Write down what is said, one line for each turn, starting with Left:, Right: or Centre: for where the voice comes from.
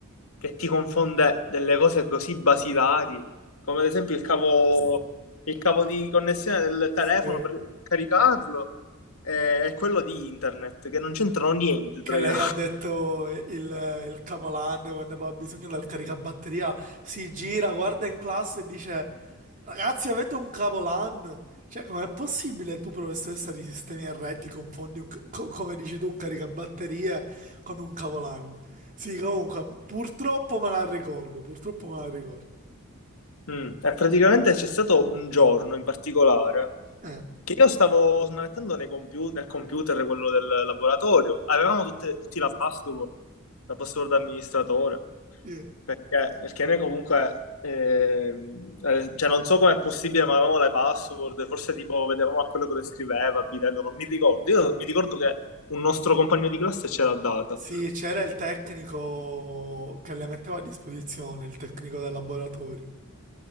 Left: che ti confonde delle cose così basilari, come ad esempio il cavo, il cavo di connessione del
Right: Sì,
Left: telefono per caricarlo eh, e quello di internet, che non c'entrano niente
Right: Che
Left: tra
Right: lei
Left: i loro.
Right: ha
Left: <laughs>
Right: detto il, il capolanno quando aveva bisogno del caricabatteria, si gira, guarda in classe e dice Ragazzi, avete un cavolan? Cioè, com'è possibile tu, professoressa di sistemi RT, ti confondi, un, ca- co- come dici tu, un caricabatterie con un cavolan? Sì, comunque, purtroppo me la ricordo, purtroppo me la ricordo.
Left: Mm. E praticamente c'è stato un giorno in particolare
Right: Eh,
Left: che io stavo smanettando nei compiu- nel computer quello del laboratorio, avevamo tutte- tutti la password, la password da amministratore.
Right: sì.
Left: Perché, perché noi comunque, ehm, eh, cioè non so com'è possibile, ma avevamo le password, forse tipo vedevamo a quello che le scriveva, a bidello, non mi ricordo. Io mi ricordo che un nostro compagno di classe ce l'ha data.
Right: Sì, c'era il tecnico che le metteva a disposizione, il tecnico del laboratorio,